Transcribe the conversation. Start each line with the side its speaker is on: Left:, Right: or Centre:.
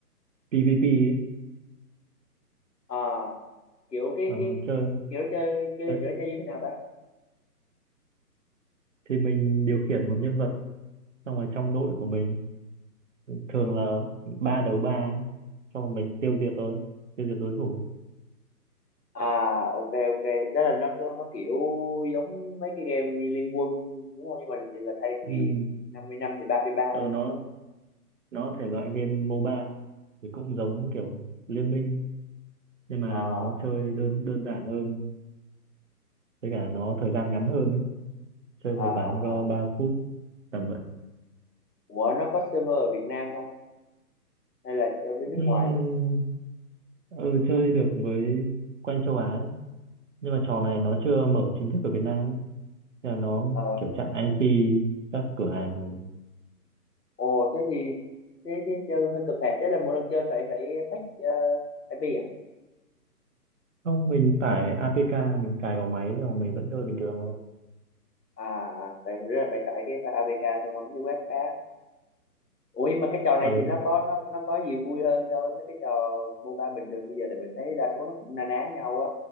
Right: PvP ấy.
Left: À, kiểu cái
Right: Ờ,
Left: cái
Right: chơi.
Left: kiểu nó chơi chơi
Right: Đấy.
Left: kiểu nó chơi như thế nào ta?
Right: Thì mình điều khiển một nhân vật xong rồi trong đội của mình thường là ba đấu ba ấy. Xong rồi mình tiêu diệt thôi, tiêu diệt đối thủ.
Left: À, ok ok. Tức là nó cứ- nó kiểu giống mấy cái game như Liên Quân đúng không? Nhưng mà chỉ là thay vì
Right: Ừ.
Left: 50 năm thì 33
Right: Ờ,
Left: thôi
Right: nó
Left: phải không?
Right: nó thể loại game MOBA thì cũng giống kiểu Liên Minh nhưng mà
Left: À,
Right: nó chơi đơn đơn giản hơn với cả nó thời gian ngắn hơn ấy. chơi
Left: à
Right: một
Left: à
Right: ván go
Left: à.
Right: 3 phút tầm vậy
Left: Ủa nó có server ở Việt Nam không? Hay là chơi với nước
Right: Ừm,
Left: ngoài
Right: ừ, chơi được với quanh châu Á ấy. nhưng mà trò này nó chưa mở chính thức ở Việt Nam ấy. Thế là nó
Left: đó?
Right: kiểu chặn IP các cửa hàng rồi
Left: Ồ thế thì thế thế chơi hơi cực hẹp thế là mỗi lần chơi phải phải fetch uh, IP à
Right: không mình tải APK mình cài vào máy rồi mình vẫn chơi bình thường thôi
Left: à à, phải rất là phải tải cái file APK thông qua mấy cái web khác Ủa nhưng mà cái trò này
Right: ừ
Left: thì nó có nó nó có gì vui hơn so với mấy cái trò MOBA bình thường bây giờ tại mình thấy đa số nó cũng na ná nhau á